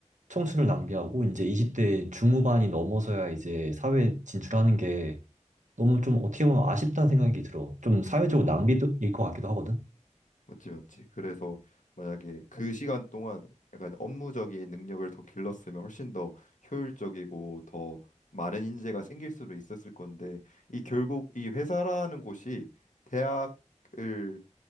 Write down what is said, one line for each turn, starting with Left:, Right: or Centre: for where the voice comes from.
Right: 청춘을 낭비하고 이제 20대 중후반이 넘어서야 이제 사회 진출하는 게 너무 좀 어떻게 보면 아쉽다는 생각이 들어. 좀 사회적으로 낭비도 일 것 같기도 하거든.
Left: 맞지 맞지. 그래서 만약에 그 시간 동안 약간 업무적인 능력을 더 길렀으면 훨씬 더 효율적이고 더 많은 인재가 생길 수도 있었을 건데 이 결국 이 회사라는 곳이 대학을